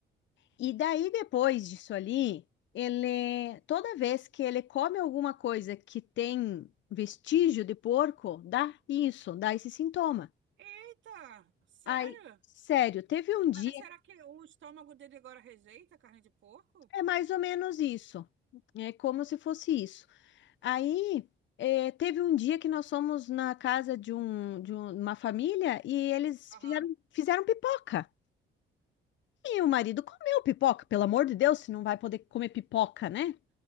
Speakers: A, on the left (about 70°); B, on the right (about 70°).
A: E daí depois disso ali, ele, toda vez que ele come alguma coisa que tem vestígio de porco, dá isso, dá esse sintoma.
B: Eita, sério?
A: Aí, sério, teve um dia
B: Mas será que o estômago dele agora rejeita a carne de porco?
A: É mais ou menos isso. É como se fosse isso. Aí, eh, teve um dia que nós fomos na casa de, um, de um- uma família e eles
B: Aham.
A: fizeram, fizeram pipoca. E o marido comeu pipoca, pelo amor de Deus, se não vai poder comer pipoca, né?